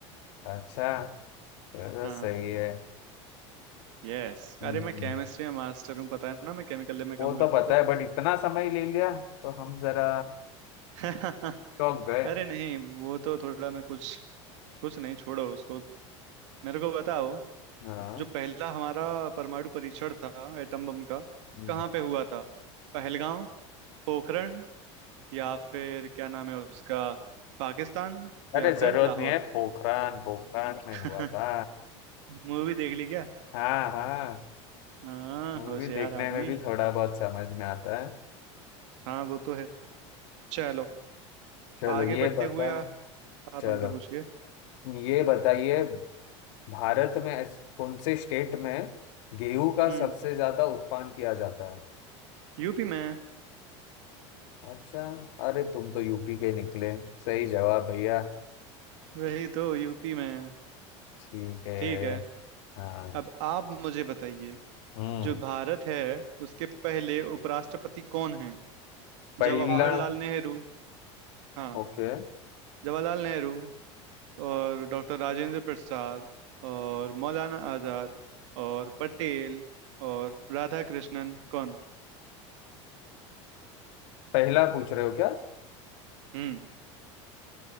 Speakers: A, on the left; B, on the right.
A: अच्छा चलो
B: हाँ
A: सही है
B: यस
A: हम्म,
B: अरे मैं केमिस्ट्री में मास्टर हूँ पता है ना मैं केमिकल लैब में काम
A: वो तो
B: करता
A: पता
B: था
A: है बट इतना समय ले लिया तो हम जरा
B: <laughs>
A: चौंक गए
B: अरे नहीं वो तो थोड़ा मैं कुछ कुछ नहीं छोड़ो उसको मेरे को बताओ
A: हाँ
B: जो पहला हमारा परमाणु परीक्षण था एटम बम का
A: हम्म।
B: कहाँ पे हुआ था पहलगांव पोखरण या फिर क्या नाम है उसका पाकिस्तान
A: अरे
B: या
A: जरूरत
B: फिर लाहौर
A: नहीं है पोखरान पोखरान में
B: <laughs>
A: हुआ था
B: मूवी देख ली क्या
A: हाँ हाँ
B: हाँ
A: मूवी
B: होशियार
A: देखने
B: आदमी
A: में भी थोड़ा बहुत समझ में आता है
B: हाँ वो तो है चलो
A: चलो
B: आगे
A: ये
B: बढ़ते
A: बता
B: हुए आ, आप
A: चलो
B: हमसे पूछिए
A: ये बताइए भारत में ऐस- कौन से स्टेट में गेहूं का
B: हम्म
A: सबसे ज्यादा उत्पादन किया जाता है
B: यूपी में
A: अच्छा अरे तुम तो यूपी के निकले सही जवाब भैया
B: वही तो यूपी में है।
A: ठीक है
B: ठीक है
A: हाँ
B: अब आप मुझे बताइए
A: हम्म
B: जो भारत है उसके पहले उपराष्ट्रपति कौन हैं
A: पहला
B: जवाहरलाल नेहरू हाँ
A: ओके
B: जवाहरलाल नेहरू और डॉक्टर राजेंद्र प्रसाद और मौलाना आजाद और पटेल और राधा कृष्णन कौन
A: पहला पूछ रहे हो क्या
B: हम्म